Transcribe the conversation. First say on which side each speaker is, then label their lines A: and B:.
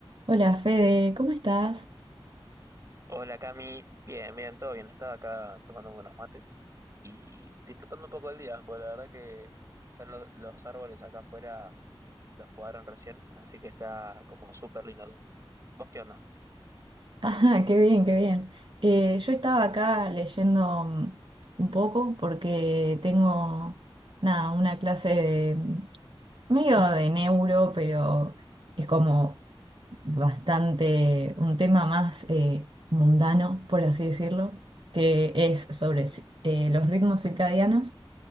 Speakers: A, on the right; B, on the right.
A: Hola Fede, ¿cómo estás? <laughs>
B: Hola Cami, bien, bien, todo bien. Estaba acá tomando buenos mates y disfrutando un poco el día, porque la verdad que están lo- los, árboles acá afuera, los podaron recién, así que está como súper lindo todo. ¿Vos qué onda?
A: Ah, qué bien, qué bien. Eh, yo estaba acá leyendo mm, un poco porque tengo, nada, una clase de medio de neuro, pero es como bastante un tema más eh, mundano, por así decirlo, que es sobre ci- eh, los ritmos circadianos,